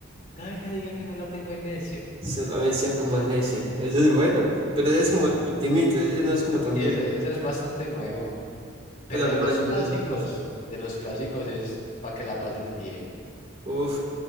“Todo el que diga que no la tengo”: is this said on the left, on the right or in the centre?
Left